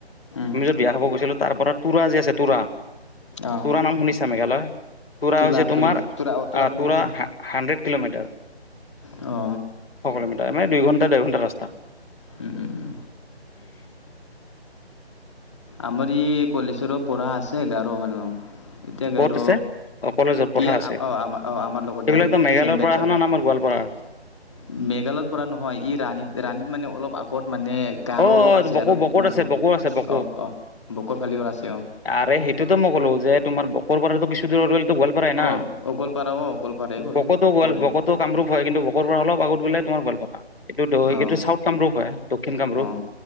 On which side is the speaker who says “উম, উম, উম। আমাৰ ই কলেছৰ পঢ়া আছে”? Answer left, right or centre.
Left